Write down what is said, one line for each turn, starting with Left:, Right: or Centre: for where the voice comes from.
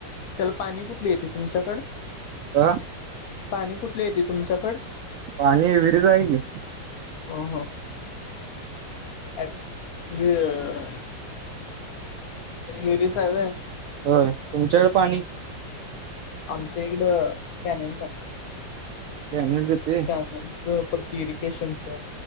Left: त्याला पाणी कुठल येतय तुमच्याकड
Right: आ
Left: पाणी कुठल येतय तुमच्याकड
Right: पाणी विहिरिच आहे की
Left: हो हो विहिर विहिरीचं हाय व्हय
Right: होय तुमच्याकड पाणी
Left: आमच्या इकडं <inaudible> आहे
Right: <inaudible>
Left: परत प्यूरिकेशनच